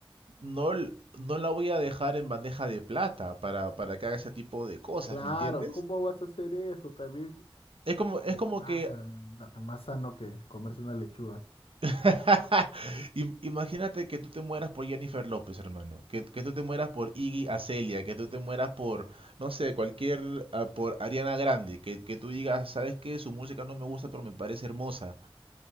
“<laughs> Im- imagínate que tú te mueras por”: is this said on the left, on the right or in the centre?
Right